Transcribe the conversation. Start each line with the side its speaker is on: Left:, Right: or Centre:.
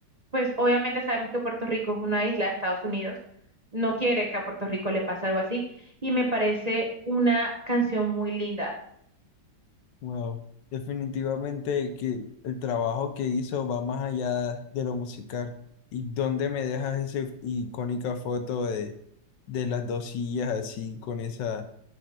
Right: pues obviamente sabemos que Puerto Rico es una isla de Estados Unidos, no quiere que a Puerto Rico le pase algo así, y me parece una canción muy linda.
Left: Wow. Definitivamente que el trabajo que hizo va más allá de lo musical. ¿Y dónde me dejas esa icónica foto de, de las dos sillas así con esa...